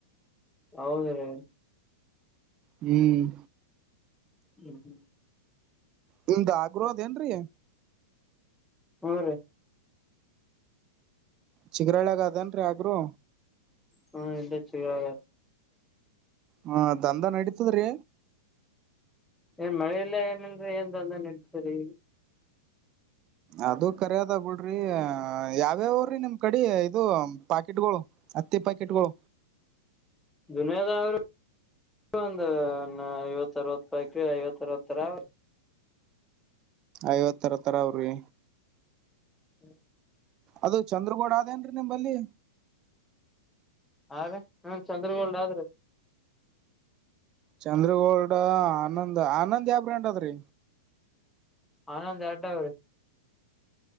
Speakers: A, in the centre; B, on the right (about 30°).
A: ಹೌದ ರೀ
B: ಹ್ಮ್
A: ಹ್ಮ್ ಹ್ಮ್
B: ನಿಮ್ದ್ ಆಗ್ರದೇಏನರೀ
A: ಹು ರೀ
B: ಚಿಗರಳಾಗ ಅದೇನ್ರೀ ಯಾಕ್ರೋ
A: ಹ್ಮ ಎಲ್ಲ ಚರ
B: ಹ್ಮ ದಂದ ನಡೀತದ್ರೀ
A: ಏ ಮಳೆಯಲ್ಲ ಏನಲ್ರರಿ ಏನ್ ಅದನ್ ಇಡ್ತರಿ
B: ಅದು ಕರ್ಯದ ಆಗ್ಬಿಡ್ರಿ ಯಾವ್ಯಾವ್ರಿ ನಿಮ್ ಕಡೆ ಇದು ಪಾಕೆಟ್ಗಳು ಹತ್ತೆ ಪ್ಯಾಕೆಟ್ಗಳು
A: ದುನಿಯದ ಅವರು ಒಂದು ಐವತ್ತ ಅರವತ್ತು ರೂಪಾಯಕ ಐವತ್ತ ಅರವತ್ತರ ಅವೀ
B: ಐವತ್ತರ ತರ ಅವ್ರಿ
A: ಹ್ಮ
B: ಅದು ಚಂದ್ರಗೋಡ ಆದೇನ್ರಿ ನಿಂಬಲ್ಲಿ
A: ಹಾಗ ಹ ಚಂದ್ರಗೌಳ್ಡ್ ಆದ್ರೀ
B: ಚಂದ್ರಗೋಲ್ಡ ಆನಂದ್ ಆನಂದ್ ಯಾವ ಬ್ರಂಟತ್ ರೀ
A: ಆನಂದ್ ಎರಡವ್ರೀ